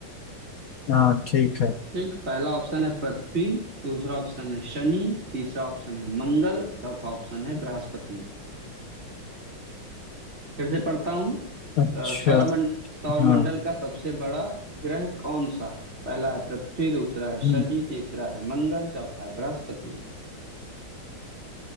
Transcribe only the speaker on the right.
ठीक पहला ऑप्शन है पृथ्वी दूसरा ऑप्शन है शनि तीसरा ऑप्शन है मंगल चौथा ऑप्शन है बृहस्पति फिर से पढ़ता हूँ
अ, सौर मंड सौरमंडल
का सबसे बड़ा ग्रह कौन सा है पहला है पृथ्वी दूसरा है
शनि तीसरा है मंगल चौथा है बृहस्पति